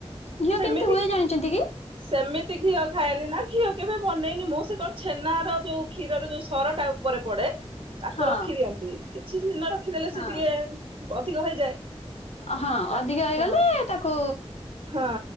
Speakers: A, on the left; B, on the right.
A: ଘିଅ
B: ସେମିତି
A: କେମିତି ହୁଏ ଜାଣିଛନ୍ତି କି?
B: ସେମିତି ଘିଅ ଖାଏନି ନା, ଘିଅ କେବେ ବନେଇନି ମୁଁ। ସେ କଣ ଛେନାର, ଯଉ କ୍ଷୀରର ଯଉ ସରଟା ଉପରେ ପଡ଼େ ତାକୁ
A: ହଁ
B: ରଖି ଦିଅନ୍ତି। କିଛି ଦିନ ରଖିଦେଲେ,
A: ହଁ।
B: ସେ ଟିକେ ଅଧିକ ହେଇଯାଏ।
A: ହଁ
B: ତା
A: ଅଧିକ ହେଇଗଲେ
B: ହଁ
A: ତାକୁ
B: ହଁ